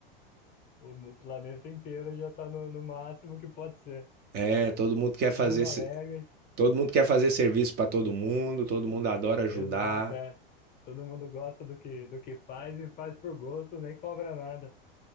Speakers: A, on the left (about 30°); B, on the right (about 35°).
A: o, mu- o planeta inteiro já tá no, no máximo que pode ser.
B: É, todo mundo quer
A: Todo
B: fazer,
A: mundo
B: se-
A: alegre,
B: todo mundo quer fazer serviço pra todo mundo, todo mundo adora
A: exato,
B: ajudar.
A: é. Todo mundo gosta do que, do que faz e faz por gosto, nem cobra nada.